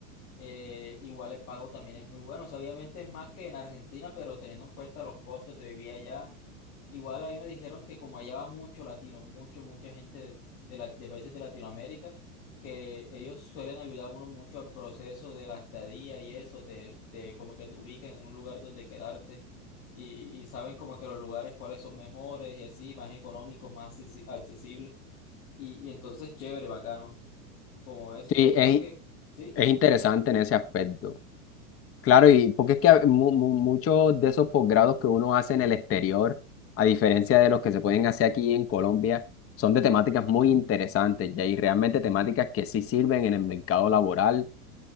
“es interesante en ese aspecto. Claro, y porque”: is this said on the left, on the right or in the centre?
Left